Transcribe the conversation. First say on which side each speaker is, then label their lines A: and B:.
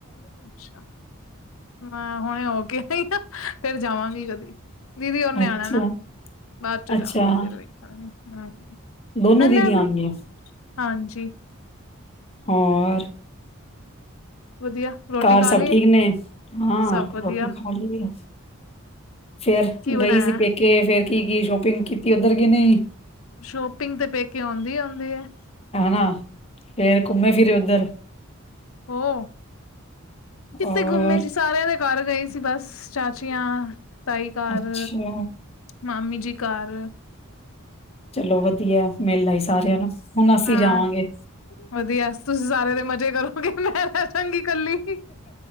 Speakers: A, on the left (about 75°); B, on the left (about 30°).
A: ਅੱਛਾ ਮੈਂ ਹੁਣੇ ਹੋ ਕੇ ਆਈ ਫਿਰ ਜਾਵਾਂਗੀ ਕਦੀ। ਦੀਦੀ ਨੇ
B: ਅੱਛਾ
A: ਆਉਣਾ ਨਾ ਬਾਅਦ ਚੋਂ
B: ਅੱਛਾ
A: ਜਾਵਾਂਗੇ, ਫਿਰ ਵੇਖਗੇ।
B: ਦੋਨੋ
A: ਹਨਾ
B: ਦੀਦੀ ਆਉਣਗੀਆਂ
A: ਵੀ ਹਾਂਜੀ।
B: ਹੋਰ।
A: ਵਧੀਆ। ਰੋਟੀ
B: ਘਰ
A: ਖਾ
B: ਸਭ
A: ਲਈਏ
B: ਠੀਕ ਨੇ ਹਾਂ
A: ਸਭ ਵਧੀਆ
B: ਰੋਟੀ ਖਾ ਲਈ ਆ। ਫੇਰ
A: ਕੀ ਬਣਾਇਆ
B: ਗਈ ਸੀ, ਪੇਕੇ ਫੇਰ ਕੀ-ਕੀ ਸ਼ੋਪਿੰਗ ਕੀਤੀ ਉੱਧਰ ਕਿ ਨਹੀਂ।
A: ਸ਼ੋਪਿੰਗ ਤੇ ਪੇਕੇ ਆਉਂਦੀ-ਆਉਂਦੀ ਹੈ।
B: ਹੈ, ਫੇਰ ਘੁੰਮੇ ਫਿਰੇ ਉੱਧਰ।
A: ਹੋ ਕਿਥੇ
B: ਔਰ
A: ਗੁੰਮੇ ਸੀ। ਸਾਰਿਆਂ ਦੇ ਘਰ ਗਈ ਸੀ, ਬਸ ਚਾਚੀਆਂ ਤਾਈ ਘਰ।
B: ਅੱਛਾ
A: ਮਾਮੀ ਜੀ ਘਰ।
B: ਚਲੋ, ਵਧੀਆ ਮੇਲ ਆਈ ਸਾਰਿਆਂ ਨੂੰ ਹੁਣ ਅਸੀਂ
A: ਹਾਂ
B: ਜਾਵਾਂਗੇ।
A: ਵਧੀਆ, ਤੁਸੀਂ ਸਾਰੇ ਦੇ ਮਜ਼ੇ ਕਰੋਗੇ ਮੈਂ ਤਾਂ ਚੰਗੀ ਕੱਲੀ।